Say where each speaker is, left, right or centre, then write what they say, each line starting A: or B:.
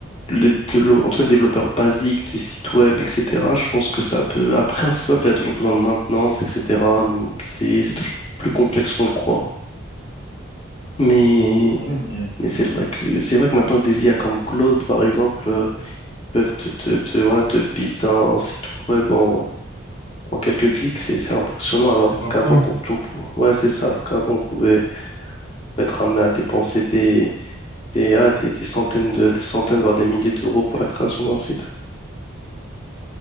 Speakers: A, on the left (about 30°); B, on the left (about 80°).
A: les délo- en tout cas, les développeurs basiques de sites web, etc., je pense que ça peut. Après, un site web, il y a toujours besoin de maintenance, etc. C'est, c'est toujours plus complexe qu'on le croit. Mais,
B: C'est mais
A: mais c'est vrai que, c'est vrai que maintenant, des IA comme Claude, par exemple, euh, peuvent te, te, te- voilà, te build un site web en, en quelques clics. C'est, c'est impressionnant.
B: en quelques
A: Alors
B: instants.
A: qu'avant, qu'on- on- pou- ouais, c'est ça. Alors qu'avant, on pouvait être amené à dépenser des, des, ah, des, des centaines de, des centaines, voire des milliers d'euros pour la création d'un site.